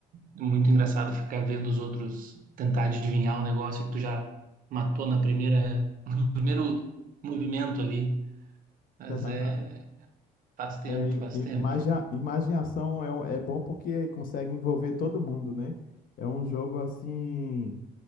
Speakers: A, on the right (about 55°); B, on the left (about 55°).
A: muito engraçado ficar vendo os outros tentar adivinhar um negócio que tu já matou na primeira, <laughs> no primeiro movimento ali, mas
B: <laughs>
A: é, faz tempo,
B: É, i-
A: faz
B: i-
A: tempo.
B: imagia- imaginação é, um- é bom porque consegue envolver todo mundo, né? É um jogo assim